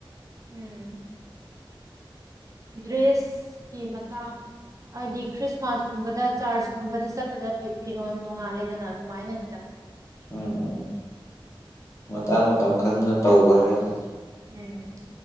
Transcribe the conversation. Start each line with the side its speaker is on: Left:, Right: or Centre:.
Right: ꯎꯝ ꯗ꯭ꯔꯦꯁꯀꯤ ꯃꯇꯥꯡ ꯍꯥꯏꯗꯤ ꯈ꯭ꯔꯤꯁꯃꯥꯁ ꯀꯨꯝꯕꯗ ꯆꯥꯔꯆꯀꯨꯝꯕꯗ ꯆꯠꯄꯗ ꯐꯤꯔꯣꯜ ꯇꯣꯡꯉꯥꯜꯂꯦꯗꯅ ꯑꯗꯨꯃꯥꯏꯅꯅꯤꯗ
Left: ꯎꯝ ꯎꯝ ꯎꯝ ꯃꯇꯥꯡ ꯃꯇꯝ ꯈꯪꯅ ꯇꯧꯕ ꯍꯥꯏꯗ
Right: ꯎꯝ